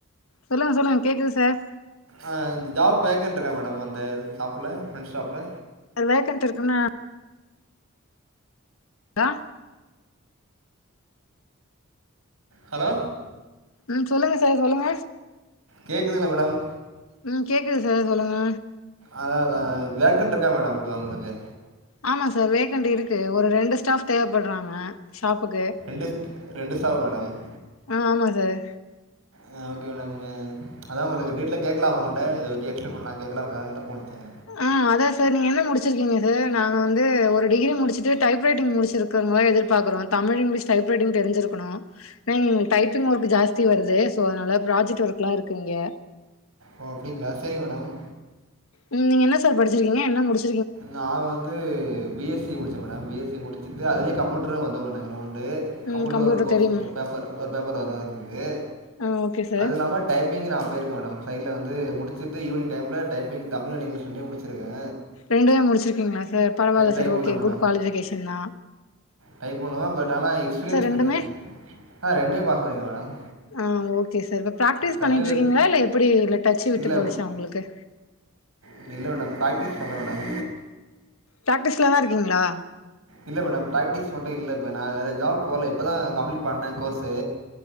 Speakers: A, on the left; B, on the right.
A: சொல்லுங்க சொல்லுங்க கேட்குது சார்
B: அ ஜாப் வேகண்ட் இருக்கா மேடம் அந்த ஷாப்ல ஃப்ரெண்ட்ஸ் ஷாப்ல
A: அது வேக்கண்ட் இருக்குன்னா ஆ
B: ஹலோ
A: ம் சொல்லுங்க சார் சொல்லுங்க
B: கேட்கதுங்ளா மேடம்
A: ம் கேக்குது சார் சொல்லுங்க
B: அதாதா வேக்கண்ட் இருக்கா மேடம் இப்போ உங்குளுக்கு
A: ஆமா சார் வேகண்ட் இருக்கு ஒரு ரெண்டு ஸ்டாஃப் தேவப்படுறாங்க ஷாப்புக்கு
B: ரெண்டு ரெண்டு ஸ்டாஃபா மேடம்
A: ஆ ஆமா சார்
B: ஆ ஓகே மேடம் அ அதா உங்குளுக்கு டீட்டெய்ல கேட்கலா உங்கள்ட்ட இத பத்தி எக்ஸ்ப்ளைன் பண்லா கேட்கலாங்காகதா ஃபோன் த்த
A: ஆ அதா சார் நீங்க என்ன முடிச் ச்சிருக்கீங்க சார் நாங்க வந்து ஒரு டிகிரி முடிச்சுட்டு டைப் ரைட்டிங் முடிச்சிருக்கவங்கள எதிர்பார்க்கறோ தமிழ் இங்கிலீஷ் டைப் ரைட்டிங் தெரிஞ்சிருக்குணு ஏன இங் டைப்பிங் ஒர்க்கு ஜாஸ் த்தி வருது சோ அத்னால ப்ராஜெக்ட் ஒர்க்ல்லா இருக்கு இங்க
B: ஓ அப்டிங்ளா செரிங் மேடம்
A: உம் நீங்க என்ன சார் படிச்சிருக்கிங்க என்ன முடிச்
B: நா வந் ந்து பி எஸ் சி முடிச்சே மேடம் பி எஸ் சி முடிச்சுட்டு அதுலயே கம்ப்யூட்டரு வந்துரு <unintelligible> உண்டு
A: ம்
B: கம்ப்யூட்டர் ஒரு கோர்ஸ்
A: தெரியும்.
B: ஒரு பேப்பர் ஒரு பேப்பர் வரு எங்களுக்கு
A: ஆ ஓகே சார்.
B: அது இல்லாம டைப்பிங் நான் போயிருக்கே மேடம் சைட்ல வந்து முடிச்சுட்டு ஈவினங் டைம்ல டைப்பிங் தமிழ் அன் இங்கிலீஷ் ரெண்டையு முடிச்சிருக்கே
A: ரெண்டுமே முடிச்சிருக்கீங்களா சார் பரவாயில்ல
B: டைப்
A: சார்
B: பண்ணேன்
A: ஓகே
B: மேடம்
A: குட் குவாலிபிகேஷன் தா
B: டைப் பண்ணுவே பட் ஆனா எக்ஸ்பீரியன்ஸ்
A: ரெண்டுமே?
B: கிடையாது ஆ ரெண்டையும் பாஸ் பண்ணிருக்கே மேடம்
A: ஆ ஓகே சார் இப்ப ப பிராக்டிஸ்
B: சர்டிஃபிகேட்
A: பண்ணிட்டு இருக்கீங்களா இல்ல எப்படி இ டச்சு விட்டு
B: இல்லை
A: போயிடுச்சா உங்களுக்கு
B: இல்ல மேடம் பிராக்டிஸ் பண்ணு மேடம்
A: பிராக்டிஸ்ல தா இருக்கீங்களா
B: இல்ல மேடம் பிராக்டிஸ் மட்டு இல்ல இப்ப நான் வேற ஜாப் போகல இப்போதா கம்ப்ளீட் பண்ணே கோர்ஸு